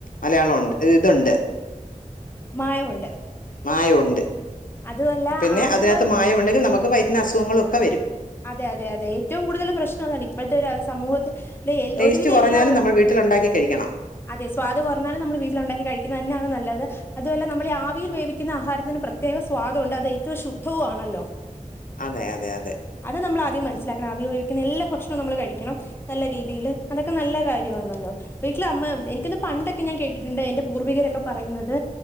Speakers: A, on the left; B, on the left.
A: മലയാളണ്ട് ഇതുണ്ട്.
B: മായമുണ്ട്.
A: മായമുണ്ട്
B: അതുമല്ല
A: പിന്നെ
B: അങ്ങനെയുള്ള
A: അതിനകത്ത് മായമുണ്ടെങ്കിൽ നമുക്ക് വയറ്റിന് അസുഖങ്ങളൊക്കെ വരും.
B: അതെ അതെ അതെ ഏറ്റവും കൂടുതൽ പ്രശ്നതാണ് ഇപ്പഴത്തെ ഒരു അ സമൂഹത്തില്. <unintelligible>
A: ടേസ്റ്റ്
B: ഒരുവിധം
A: കുറഞ്ഞാലും
B: എല്ലാവർക്കും.
A: നമ്മൾ വീട്ടിലുണ്ടാക്കി കഴിക്കണം
B: അതെ സ്വാദ് കുറഞ്ഞാലും നമ്മള് വീട്ടില് ഒണ്ടാക്കി കഴിക്കുന്നത് തന്നെയാണ് നല്ലത്. അതു മല്ല നമ്മൾഈ ആവിയിൽ വേവിക്കുന്ന ആഹാരത്തിന് പ്രത്യേക സ്വാദുണ്ട് അത് ഏറ്റവും ശുദ്ധവു ആണല്ലോ.
A: അതെ അതെ അതെ.
B: അത് നമ്മൾ ആദ്യം മനസ്സിലാക്കണം
A: ഉം
B: അവ ഉപയോഗിക്കുന്ന എല്ലാ ഭക്ഷണം നമ്മൾ കഴിക്കണം. നല്ല രീതിയില് അതൊക്കെ നല്ല കാര്യമാണല്ലോ. വീട്ടിലമ്മ എനിക്ക് തോന്നുന്നു പണ്ടൊക്കെ ഞാൻ കേട്ടിട്ട്ണ്ട് എന്റെ പൂർവികരൊക്കെ പറയുന്നത്.